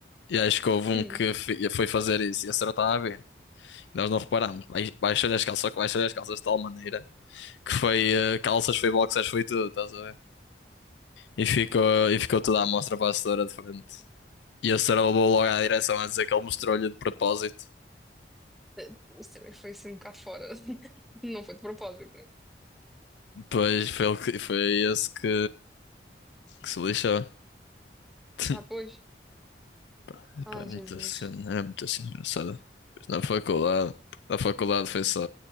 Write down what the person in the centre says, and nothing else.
Hum.
Eh, Isso também foi assim um bocado fora. <laughs> Não foi de propósito, né?
Ah, pois.
Ai,
Jesus.